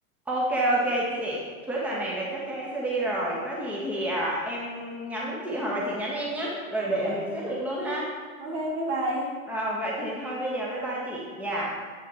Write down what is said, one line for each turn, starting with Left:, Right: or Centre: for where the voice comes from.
Centre: Ok ok chị, cuối tuần này là chắc chắn em sẽ đi rồi. Có gì thì à, em nhắn chị hoặc là chị nhắn em nhé. Rồi
Right: ok
Centre: để mình xét lịch luôn ha.
Right: ok bye bye
Centre: À, vậy thì thôi bây giờ bye bye chị. Dạ.